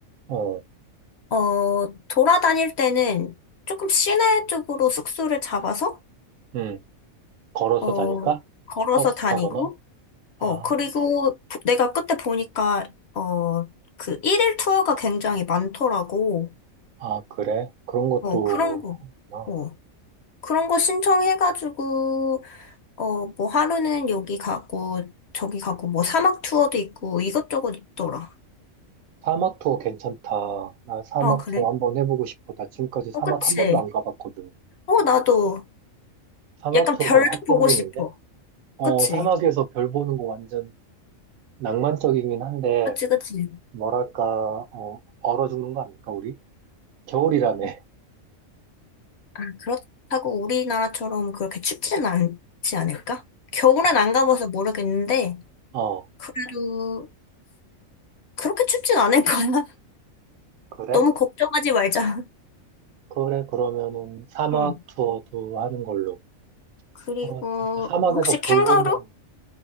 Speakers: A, on the right; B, on the left.
A: 어,
B: 어, 돌아다닐 때는 조금 시내 쪽으로 숙소를 잡아서,
A: 응 걸어서
B: 어,
A: 다닐까?
B: 걸어서
A: 버스
B: 다니고,
A: 타거나? 아,
B: 어, 그리고 부- 내가 그때 보니까, 어, 그 1일 투어가 굉장히 많더라고.
A: 아, 그래? 그런 것도
B: 어, 그런 거.
A: 나
B: 어. 그런 거 신청해가지고, 어, 뭐 하루는 여기 가고, 저기 가고, 뭐 사막 투어도 있고, 이것저것 있더라.
A: 사막 투어 괜찮다. 나 사막
B: 아, 그래?
A: 투어 한번 해보고 싶어. 나 지금까지 사막
B: 어, 그치?
A: 한 번도 안 가봤거든.
B: 어, 나도
A: 사막
B: 약간
A: 투어가
B: 별도
A: 확 땡기는데?
B: 보고 싶어.
A: 어,
B: 그치?
A: 사막에서 별 보는 거 완전 낭만적이긴 한데,
B: 그치, 그치.
A: 뭐랄까, 어, 얼어 죽는 거 아닐까, 우리? 겨울이라며.
B: 아, 그렇다고 우리나라처럼 그렇게 춥진 않지 않을까? 겨울엔
A: <laughs>
B: 안 가봐서 모르겠는데,
A: 아, 어,
B: 그래도 그렇게 춥진 않을 거야. <laughs>
A: 그래?
B: 너무 걱정하지 말자.
A: 그래, 그러면은 사막
B: 응.
A: 투어도 하는 걸로.
B: 그리고,
A: 아, 진짜 사막에서
B: 혹시
A: 별
B: 캥거루?
A: 보면